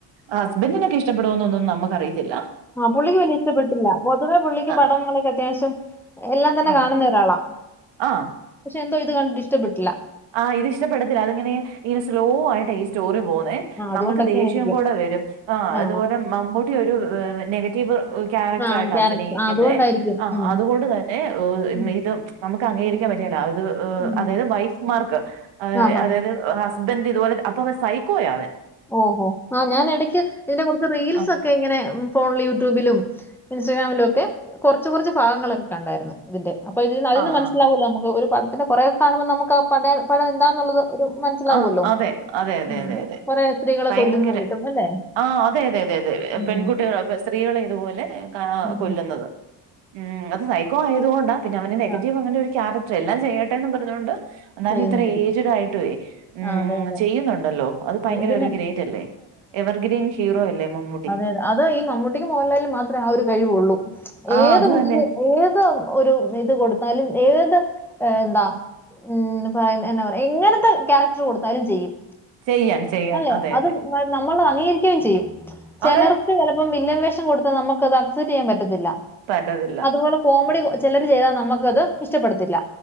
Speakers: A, on the right; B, in the centre.
A: ഹസ്ബൻഡിനൊക്കെ ഇഷ്ടപ്പെടുോന്നൊന്നും നമുക്ക് അറിയത്തില്ല
B: ആഹ് പുള്ളിക്ക് വലിയ ഇഷ്ടപ്പെട്ടില്ല പൊതുവേ പുള്ളിക്ക്
A: ആഹ്
B: പടങ്ങളൊക്കെ അത്യാവശ്യം എല്ലാം തന്നെ
A: ആഹ്
B: കാണുന്ന ഒരാളാ
A: ആഹ്
B: പക്ഷെ എന്തോ ഇത് കണ്ടിട്ട് ഇഷ്ടപെട്ടില്ല
A: ആഹ് ഇത് ഇഷ്ടപ്പെത്തില്ല അത് ഇങ്ങനെ ഇങ്ങനെ സ്ലോ ആയിട്ടാ ഈ സ്റ്റോറി പോകുന്ന്
B: ആ അതുകൊണ്ടൊക്കെ
A: നമുക്ക് ദേഷ്യം
B: ആയിരിക്കും
A: കൂടെ വരും ആഹ്
B: ആ
A: അതുപോലെ മമ്മൂട്ടി ഒരു നെഗറ്റീവ് ക്യാരക്ടറായിട്ടാ
B: ആ ക്യാരക്ടർ
A: അഭിനയിക്കുന്നെ
B: ആ അതുകൊണ്ടായിരിക്കും
A: ആ
B: ഉം
A: അതുകൊണ്ട് തന്നെ
B: ഉം
A: ഇതും നമുക്ക് അംഗീകരിക്കാൻപറ്റ്കേല അത്
B: ഉം.
A: അതായത്
B: ഉം.
A: വൈറ്റ്മാർക്ക്
B: ആഹാ
A: അതായത് ഹുസ്ബന്റ് ഇതുപോലെ അപ്പൊ അവൻ സൈക്കോയാണ്
B: ഓഹോ ആഹ് ഞാൻ ഇടക്ക് ഇതിന്റെ കൊറച്ച് റീൽസ്ഒ
A: ആഹ്
B: ക്കെ ഇങ്ങനെ ഫോണിൽ യൂട്യൂബിലും ഇൻസ്റ്റാഗ്രാമിലും ഒക്കെ കൊറച്ച് കൊറച്ച് ഭാഗങ്ങളൊക്കെ കണ്ടായിര്ന്ന് ഇതിന്റെ അപ്പ അതുനല്ല
A: ആഹ്
B: മനസിലാവൂല നമുക്ക് ഒരു പടത്തിന്റെ കുറെ ഒക്കെ കാണുമ്പോ നമക്ക് ഒരു പടത്തിന്റെ കൊറെ കാണുമ്പൊ നമുക്ക് ആ പടം എന്താന്നുള്ളത് ഒരു മനസ്സിലാവുമല്ലോ
A: ആഹ് അതെ അതെ അതെതെ
B: ഉം.
A: അതെ
B: കുറെ സ്ത്രീകളെ
A: ഭയങ്കര
B: കൊല്ലുന്നതായിട്ടും അല്ലേ
A: ആഹ് അതെതെ അതെതെ
B: ഉം
A: പെൺകുട്ടിക സ്ത്രീകളെ ഇതുപോലെ കാ
B: ഉം
A: കൊല്ലുന്നത് ഉം അത് സൈക്കോ ആയതുകൊണ്ടാ പിന്നെ അവന് നെഗറ്റീവ്
B: ആ
A: അങ്ങനെ ഒരു ക്യാരക്ടറ് എല്ലാം ചെയ്യട്ടെന്ന് പറഞ്ഞുകൊണ്ട് എന്നാലും
B: ചെയ്യുന്നതായിരിക്കും.
A: ഇത്ര ഏജ്ഡ് ആയിട്ടുവേ ഉം
B: ആ അതെ അതെ.
A: ചെയ്യുന്നുണ്ടല്ലോ അത് ഭയങ്കര
B: ഏ, പിന്നെ
A: ഒരു ഗ്രേറ്റ് അല്ലേ എവർഗ്രീൻ ഹീറോ അല്ലേ മമ്മൂ
B: അതെതെ അത് ഈ മമ്മൂട്ടിക്ക് മോഹൻലാലിനും മാത്രമേ ആ ഒരു കഴിവുള്ളൂ
A: ആ
B: ഏത്
A: അത്
B: വിഷയം
A: തന്നെ
B: ഏത് ഒരു ഇത് കൊടുത്താലും ഏത് എന്താ ഉം എന്നാ പറയാ എങ്ങനത്തെ ക്യാരക്ടർ കൊടുത്താലും ചെയ്യും
A: ചെയ്യാൻ ചെയ്യാൻ
B: അല്ലെ
A: അതെ
B: അത്
A: അതെ
B: നമ്മൾ അംഗീകരിക്കുകയും ചെയ്യും ചെലർക്ക്
A: അതെ
B: ചെലപ്പോ വില്ലൻ വേഷം കൊടുത്താൽ നമുക്കത് അസെപ്റ്റ് ചെയ്യാൻ പറ്റത്തില്ല
A: പറ്റത്തില്ല
B: അതുപോലെ കോമഡി ചെലര്ചെയ്താൽ നമ്മ ക്കത് ഇഷ്ടപ്പെടത്തില്ല